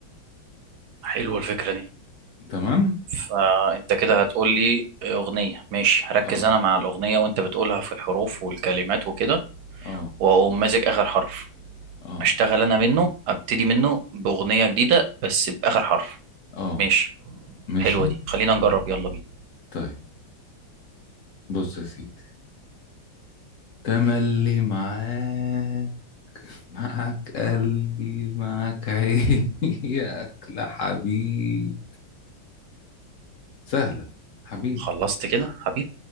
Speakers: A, on the right; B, on the left.
A: حلوة الفكرة دي
B: تمام؟
A: فأنت كده هتقول لي أغنية ماشي هركز
B: اه
A: أنا مع الأغنية وأنت بتقولها في الحروف والكلمات وكده
B: اه
A: وأقوم ماسك آخر حرف
B: اه
A: أشتغل أنا منه أبتدي منه بأغنية جديدة بس بآخر حرف
B: اه
A: ماشي
B: ماشي
A: حلوة دي خلينا نجرب يلا بينا
B: طيب بص يا سيدي تملي معاك معك قلبي معك عيني <laughs> يا أكلة حبيب سهلة حبيب
A: خلصت كده حبيب